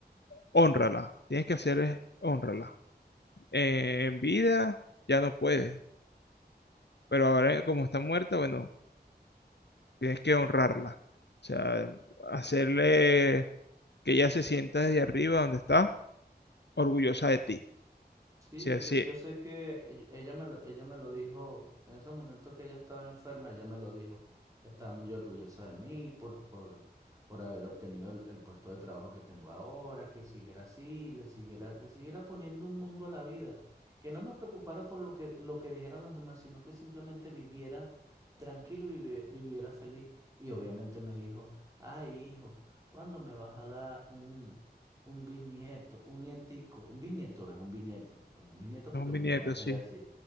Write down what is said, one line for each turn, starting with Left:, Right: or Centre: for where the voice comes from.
Left: Hónrala. Tienes que hacer es honrarla. en vida ya no puedes, pero ahora eh, como está muerta, bueno, tienes que honrarla. O sea, hacerle que ella se sienta desde arriba donde está, orgullosa de ti.
Right: Sí,
Left: Sí,
Right: yo
Left: así,
Right: sé, yo
Left: es
Right: sé que ell- ella me lo, ella me lo dijo, en ese momento que ella estaba enferma, ella me lo dijo. Estaba muy orgullosa de mí por, por, por haber obtenido el, el puesto de trabajo que tengo ahora, que siguiera así, le siguiera, le siguiera poniendo un mundo a la vida, que no me preocupara por lo que, lo que dijeran los demás, sino que simplemente viviera tranquilo, vivi- viviera feliz. Y obviamente me dijo, ay, hijo, ¿cuándo me vas a dar un... Un bisnieto, un nietico, un bisnieto es un bisnieto, es un bisnieto porque
Left: un
Right: mi
Left: bisnieto,
Right: mamá sería
Left: sí.
Right: así,